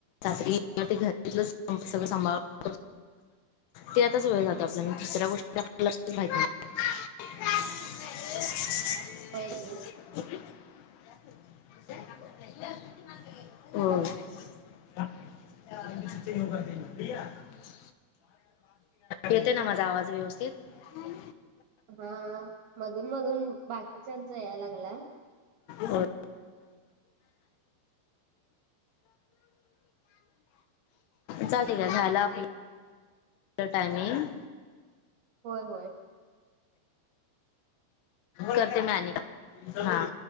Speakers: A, on the left (about 80°); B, on the right (about 60°).
A: सरी घरी सगळं सांभाळ ते आताच वेळ जाते आपल्याला दुसऱ्या गोष्टील्या माहिती <inaudible>
B: होे.
A: हो. कर दे. येतय ना माझा आवाज व्यवस्थित ह.
B: हा मधून मधून बाकीच्यांचा याय लागला.
A: हो. चा ठीक आहे झाला आपली टायमिंग
B: होय होय.
A: करते मॅन हा.